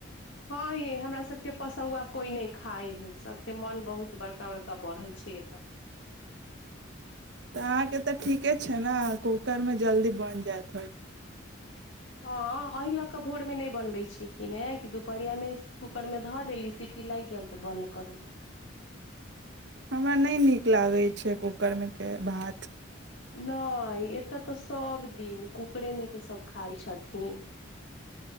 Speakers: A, on the left (about 65°); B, on the right (about 55°).
A: हँ ये हमरा सभके पसौआ कोइ नहि खाइ है सभके मन बहुत बड़का बड़का बढ़ल छै एतय
B: तऽ अहाँके तऽ ठीके छै ने कूकरमे जल्दी बनि जायत हो
A: हँ एहि लऽ कऽ भोरमे नहि बनबै छिय कि नहि कि दुपहरियामे कूकरमे धऽ देली सीटी लागि गेल तऽ बन्द कऽ देली
B: हमरा नहि नीक लागै छै कूकरमेके भात
A: नहि एतय तऽ सभ दिन कुकरे मे के सभ खाय छथिन